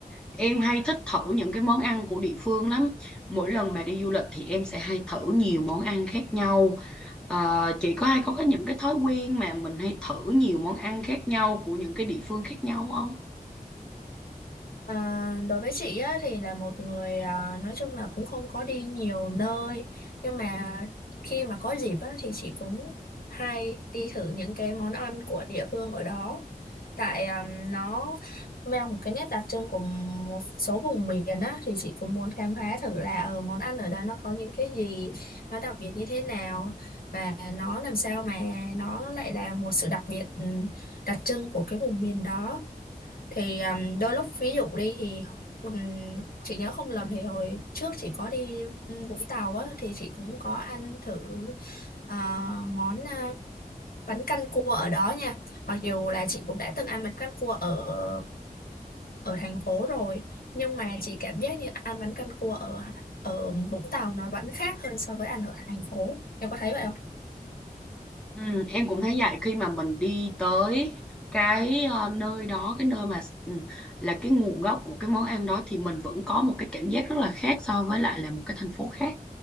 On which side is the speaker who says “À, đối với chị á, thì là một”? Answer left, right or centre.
Left